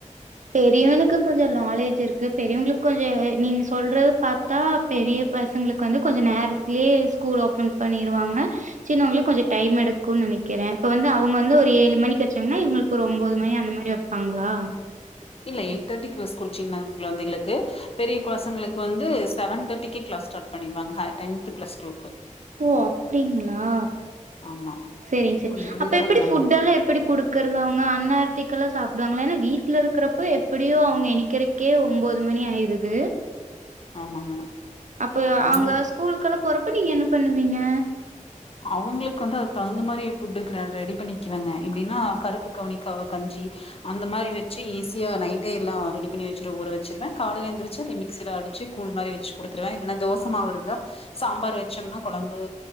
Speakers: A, on the right (about 65°); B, on the left (about 45°).
A: பெரியவனுக்கு கொஞ்சோ நாலேஜ் இருக்கு பெரியவங்களுக்கு கொஞ்சோ நீங்க சொல்றது பாத்தா பெரிய பசங்களுக் கு வந்து கொஞ்சோ நேரத்திலே ஸ்கூல் ஓபன் பண்ணிருவாங்க சின்னவங்களுக்கு கொஞ்சோ டைம் எடுக்குன்னு நெனைக்கிறேன் இப்ப வந்து அவுங்க வந்து ஒரு ஏழு மணிக்கு வெச்சாங்கன்னா இவுங்களுக்கு ஒரு ஒம்போது மணி அந்த மாரி காங்ளா
B: இல்ல எயிட் தேர்டிக்கு ஃபர்ஸ்ட் குள்ச்சீங்னா கொழந்தைகளுக்கு பெரிய கொ பசங்களுக்கு வந்து செவன் தேர்டிக்கே கிளாஸ் ஸ்டார்ட் பண்ணிடுவாங்க ஹ டென்த் பிளஸ் டூக்கு
A: ஓ அப்டிங்ளா
B: ஆமா
A: செரிங்க செரி
B: கொஞ்ச எளியராதா
A: அப்ப எப்டி
B: கெளம்பணு
A: ஃபுடெல்லா எப்டி குடுக்கறது அவுங்க அன்னாரத்திக்கெல்லா சாப்டுவாங்ளா ஏனா வீட்ல இருக்கறப்போ எப்டியு அவுங்க எனிக்கிறக் கே ஒம்போது மணி ஆயிருது
B: ஆமாங்க
A: அப்ப
B: அவங்களுக்கு
A: அங்க ஸ்கூலுக்கு எல்லா போறப்ப நீங்க என்ன பண்ணுவீங்க
B: அவுங்களுக்கு வந்து அது தகுந்த மாரி ஃபுட்டுகிற ரெடி பண்ணிக்கறங்க எப்டின்னா கருப்பு கவனிக்கவு கஞ்சி அந்த மாரி வெச்சு ஈசியா நைட்டே எல்லா ரெடி பண்ணி வெச்சிரு ஊற வெச்சிருவேன் காலைல எந்திருச்சு அத மிக்சில அடி ச்சு கூழ் மாரி வெச்சு குடுத்துருவேன் இல்லனா தோச மாவு இருந்தா சாம்பார் வெச்சம்னா கொழம்பு